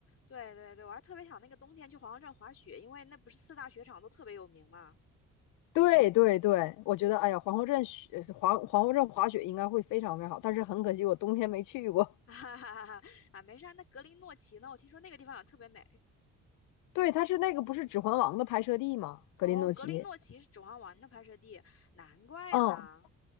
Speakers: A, on the left (about 50°); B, on the left (about 90°).
A: 对对对，我还特别想那个冬天去皇后镇滑雪，因为那不是四大雪场都特别有名嘛。
B: 对对对，我觉得，哎呀，皇后镇雪皇皇后镇滑雪应该会非常非常好，但是很可惜我冬天没去过。
A: <laughs> 哈哈哈哈啊，没事儿。那格林诺奇呢？我听说那个地方也特别美。
B: <laughs> 对，它是那个不是《指环王》的拍摄地吗？格林诺奇。
A: 哦，格林诺奇是《指环王》的拍摄地，难怪呢。
B: 嗯，